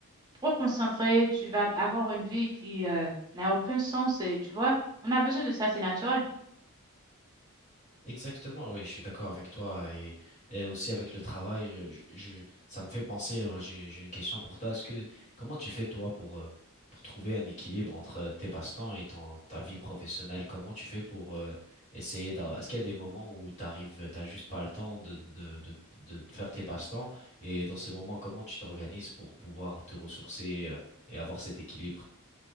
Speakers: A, on the right; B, on the left.
A: trop concentré. Tu vas avoir une vie qui euh, n'a aucun sens. Et tu vois, on a besoin de ça, c'est naturel.
B: Exactement, oui, je suis d'accord avec toi et, et aussi avec le travail, je, je- ça me fait penser, euh, j'ai, j'ai une question pour toi. Est-ce que, comment tu fais toi pour, euh, pour trouver un équilibre entre euh, tes passe-temps et ton, ta vie professionnelle? Comment tu fais pour euh, essayer d'avoir, est-ce qu'il y a des moments où t'arrives, t'as juste pas le temps de, de, de, de faire tes passe-temps et dans ces moments, comment tu t'organises pour pouvoir te ressourcer euh, et avoir cet équilibre?